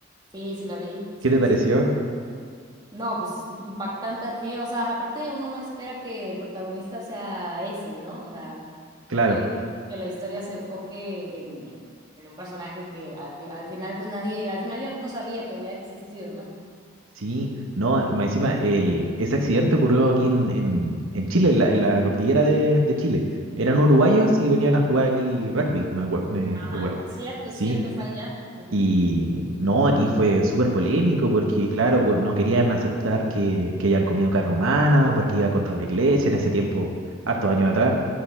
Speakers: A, on the right (about 20°); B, on the right (about 75°).
A: Sí, sí la vi, sí,
B: ¿Qué te pareció?
A: sí. No, pues impactante. eh, o sea, aparte uno no espera que el protagonista sea ese, ¿no? O sea,
B: Claro,
A: que, que la historia se enfoque en, en, en un personaje que al, fi- al final, pues nadie, al final yo no sabía que había existido, ¿no?
B: sí. No, más encima, el, ese accidente ocurrió aquí en, en- en Chile, en la, en la cordillera de, de Chile. Eran uruguayos y venían a jugar aquí rugby, me, acuer- me recuerdo.
A: Ah, Cierto,
B: Sí,
A: cierto, fue allá. Ujú.
B: Y no, aquí fue súper polémico porque, claro, cu- no querían aceptar que, que hayan comido carne humana porque iba contra la iglesia en ese tiempo, hartos años atrás.